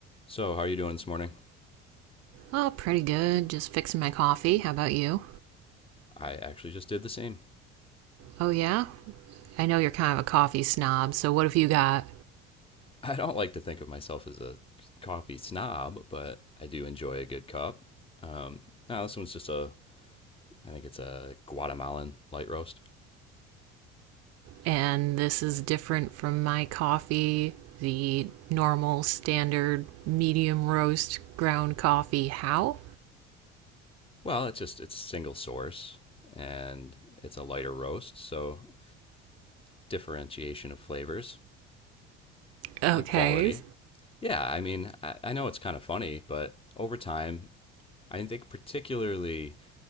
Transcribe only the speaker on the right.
Oh, pretty good. Just fixing my coffee. How about you?
Oh, yeah? I know you're kind of a coffee snob, so what have you got?
And this is different from my coffee, the normal, standard, medium roast ground coffee. How?
Okay.